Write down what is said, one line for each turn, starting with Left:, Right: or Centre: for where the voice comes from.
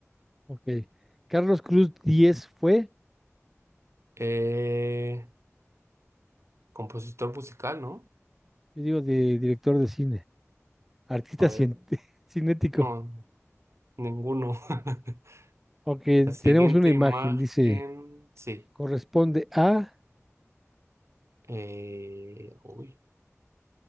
Centre: Ok. Carlos Cruz Díez fue
Right: Eh, compositor musical, ¿no?
Centre: Yo digo de director de cine, artista
Right: A ver,
Centre: cien- <laughs> cinético.
Right: no, ninguno. <laughs>
Centre: Aunque
Right: La siguiente
Centre: tenemos una imagen,
Right: imagen,
Centre: dice,
Right: sí.
Centre: corresponde a,
Right: Eh, uy,